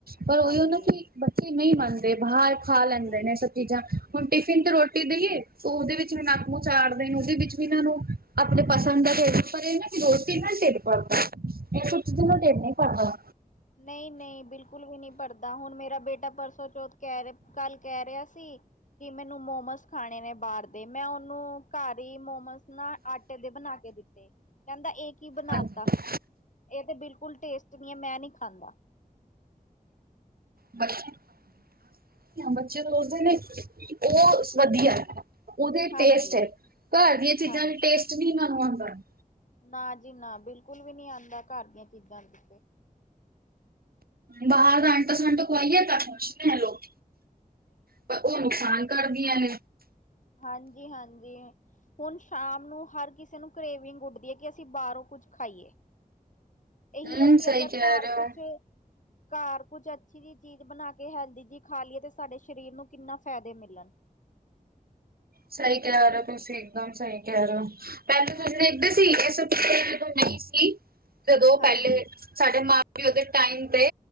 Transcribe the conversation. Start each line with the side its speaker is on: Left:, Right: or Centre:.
Right: ਪਰ
Left: ਹਾਂਜੀ
Right: ਉਹੀਓ ਨਾ ਕਿ ਬੱਚੇ ਨਈ ਮੰਨਦੇ ਬਾਹਰ ਖਾ
Left: ਨਹੀਂ
Right: ਲੈਂਦੇ ਨੇ ਇਹ
Left: ਜੀ
Right: ਸਭ ਚੀਜ਼ਾਂ ਹੁਣ ਟਿਫਿਨ ਤੇ ਰੋਟੀ ਦੇਈਏ ਉਹਦੇ ਵਿੱਚ ਵੀ ਨੱਕ ਮੂੰਹ ਚਾੜਦੇ ਨੇ ਉਹਦੇ ਵਿੱਚ ਵੀ ਇਹਨਾਂ ਨੂੰ ਆਪਣੇ ਪਸੰਦ ਦਾ ਤੇ ਪਰ ਇਹ ਨਾ ਕਿ ਰੋਟੀ ਨਾਲ ਟਿਡ ਭਰਦਾ। ਇਹ ਕੁਛ ਏਦਾ ਦੇਰ ਨੀ ਕਰਦਾ
Left: ਨਈ-ਨਈ ਬਿਲਕੁਲ ਵੀ ਨੀ ਭਰਦਾ, ਹੁਣ ਮੇਰਾ ਬੇਟਾ ਪਰਸੋਂ ਚੌਥ ਕ ਕਹਿ ਕੱਲ ਕਹਿ ਰਿਹਾ ਸੀ, ਕਿ ਮੈਨੂੰ ਮੋਮਸ ਖਾਣੇ ਨੇ ਬਾਰ ਦੇ ਮੈਂ ਉਹਨੂੰ ਘਰ ਈ ਮੋਮੋਸ ਨਾ ਆਟੇ ਦੇ ਬਣਾ ਕੇ ਦਿੱਤੇ ਕਹਿੰਦਾ ਇਹ ਕੀ ਬਣਾ
Right: ਹਾਂਜੀ
Left: ਤਾ, ਇਹ ਤੇ ਬਿਲਕੁਲ ਟੇਸਟ ਨੀ ਐ ਮੈਂ ਨੀ ਖਾਂਦਾ।
Right: ਬੱਚੇ-ਬੱਚੇ ਰੁਸਦੇ ਨੇ। ਉਹ ਸ ਵਧੀਆ ਉਹਦੇ
Left: ਹਾਂਜੀ
Right: ਟੇਸਟ ਐ ਘਰ ਦੀਆਂ ਚੀਜ਼ਾਂ
Left: ਹਾਂਜੀ
Right: ਟੇਸਟ ਨੀ ਮੈਨੂੰ ਆਦਾ ਨੀ।
Left: ਨਾ ਜੀ ਨਾ ਬਿਲਕੁਲ ਵੀ ਨੀ ਆਦਾ ਘਰ ਦੀਆਂ ਚੀਜ਼ਾਂ ਤੇ
Right: ਬਾਹਰ ਅੰਟ ਸਵੰਟ ਖਵਾਈਏ ਤਾ ਖੂਸ ਨੇ ਲੋਕ ਪਰ ਉਹ ਨੁਕਸਾਨ ਕਰਦੀਆਂ ਨੇ।
Left: ਹਾਂਜੀ-ਹਾਂਜੀ। ਹੁਣ ਸ਼ਾਮ ਨੂੰ ਹਰ ਕਿਸੇ ਨੂੰ ਕਰੇਵਿੰਗ ਉੱਡਦੀ ਐ ਕਿ ਅਸੀਂ ਬਾਹਰੋਂ ਕੁੱਝ ਖਾਈਏ। ਇਹੀ
Right: ਹਮ
Left: ਐ ਕੀ
Right: ਸਹੀ
Left: ਅਗਰ
Right: ਕਹਿ
Left: ਘਰ
Right: ਰਹੇ
Left: ਕੁਛ
Right: ਹੋ
Left: ਘਰ ਕੁਝ ਅੱਛੀ ਜਿਹੀ ਚੀਜ਼ ਬਣਾ ਕੇ ਹੈਲਦੀ ਜਿਹੀ ਖਾ ਲਈਏ ਤੇ ਸਾਡੇ ਸਰੀਰ ਨੂੰ ਕਿੰਨਾ ਫਾਇਦੇ ਮਿਲਣ
Right: ਸਹੀ ਕਹਿ ਰੇ ਔ ਤੁਸੀਂ, ਇੱਕਦਮ ਸਹੀ ਕਹਿ ਰਹੇ ਔ ਪਹਿਲੇ
Left: ਹਾਂਜੀ,
Right: ਤੁਸੀਂ <unintelligible> ਇਸ ਪਿੱਛੇ ਜਦੋਂ ਨੀ ਸੀ ਜਦੋਂ
Left: ਹਾਂਜੀ,
Right: ਪਹਿਲੇ ਸਾਡੇ ਮਾਂ ਪਿਓ ਦੇ ਟਾਈਮ ਤੇ